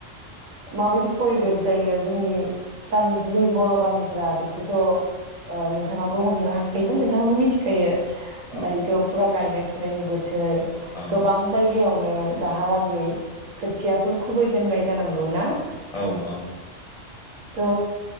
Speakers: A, on the right; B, on the left.
A: माबायदि परिबेक जायो जोंनि गामि जोंनि बर' गामिफोरा बेखौथ' ओ नोंथाङाबो हमनो हाखायोबा नोंथाङाबो मिथिखायो।
B: औ
A: दायथ'फोरा गायनाय फुनायनि बो थो
B: औ
A: गोबां जायो जायावनो दाहालागै खोथियाफोर खु गौना?
B: औ औ
A: थ'